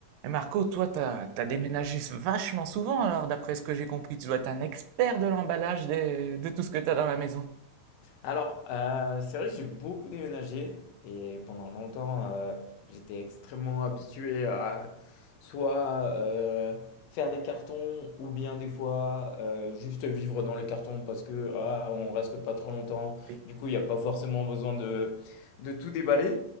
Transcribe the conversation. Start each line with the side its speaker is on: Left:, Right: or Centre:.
Right: Et Marco, toi, t'as, t'as déménagé vachement souvent, alors d'après ce que j'ai compris, tu dois être un expert de l'emballage des- de tout ce que t'as dans la maison.
Left: Alors, euh, c'est vrai que j'ai beaucoup déménagé et pendant longtemps, euh, j'étais extrêmement habitué à soit euh, faire des cartons ou bien des fois euh, juste vivre dans les cartons parce que ah, on reste pas trop longtemps.
Right: Oui.
Left: Du coup, il n'y a pas forcément besoin de, de tout déballer.